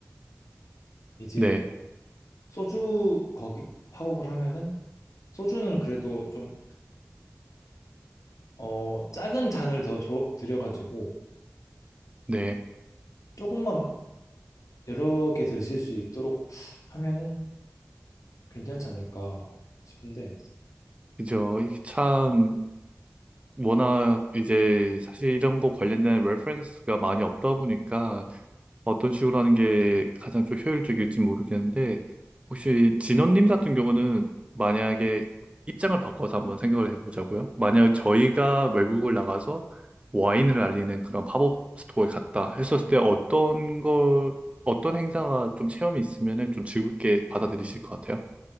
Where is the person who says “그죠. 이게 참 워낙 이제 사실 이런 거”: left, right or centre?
Right